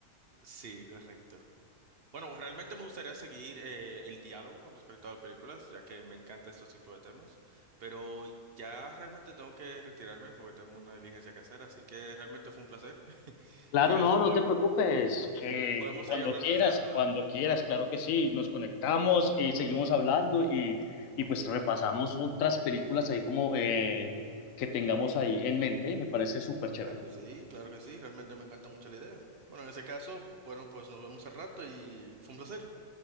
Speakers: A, on the right; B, on the left.
A: Sí, correcto. Bueno, realmente me gustaría seguir eh, el diálogo con respecto a las películas, ya que me encanta estos tipos de temas, pero ya realmente tengo que retirarme porque tengo una diligencia que hacer, así que realmente fue un placer <laughs>
B: Claro,
A: y gracias
B: no,
A: por...
B: no te preocupes. Eh,
A: Podemos
B: cuando
A: seguir hablando
B: quieras,
A: al rato,
B: cuando
A: dale.
B: quieras, claro que sí. Nos conectamos y seguimos hablando y, y pues repasamos otras películas ahí como eh, que tengamos ahí en mente. Me parece súper chévere.
A: Claro que sí, claro que sí, realmente me encanta mucho la idea. Bueno, en ese caso, bueno, pues nos vemos al rato y fue un placer.